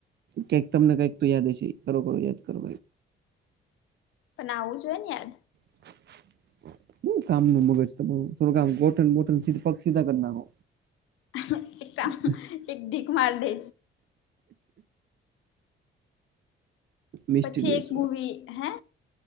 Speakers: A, on the right; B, on the left.
A: કઈક તમને કઈક તો યાદ છે કરો કરો યાદ કરો
B: પણ આવવું જોઈએ ને યાર
A: <inaudible> હું કામ નું મગજ થોડું કામ ગોઠન બોગસ પગ સીધા કર ના હો
B: યાદ એક કામ
A: હમ
B: એક ટીક માર દે
A: મિસ્ટીરિયસ
B: પછી એક
A: વાત
B: મૂવી હે